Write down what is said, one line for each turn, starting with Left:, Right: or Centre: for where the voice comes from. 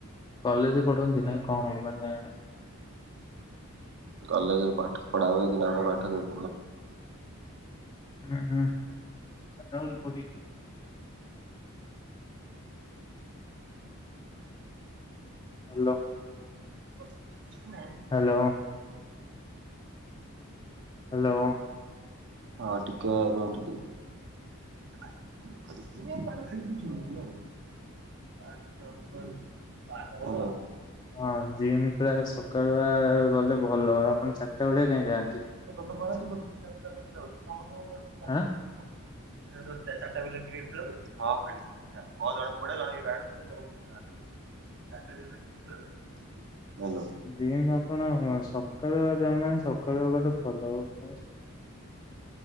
Left: କଲେଜ ପଢନ୍ତି ନା କଣ ମାନେ
Right: କଲେଜ ରେ ପାଠ ପଢା ହୁଏ <unintelligible>
Left: ହୁଁ ହୁଁ। <inaudible> ହଲୋ।
Right: <inaudible>
Left: ହ୍ୟାଲୋ। ହାଲୋ।
Right: ହଁ ଟିକେ ରୁହନ୍ତୁ ଟି <unintelligible>
Left: ହଁ ଜିମ୍ ପୁରା ସକାଳୁଆ ଗଲେ ଭଲ। ଆପଣ ଚାରିଟା ବଳିଆ କାଇଁ ଯାଆନ୍ତି?
Right: <unintelligible>
Left: ଆଁ?
Right: <unintelligible> <unintelligible> <inaudible>
Left: <unintelligible>
Right: ହ୍ୟାଲୋ
Left: ଆପଣ ସକାଳୁ ଯାଉନାହାନ୍ତି ସକ କହିଆକୁ ଗଲେ ଭଲ ଆଉ।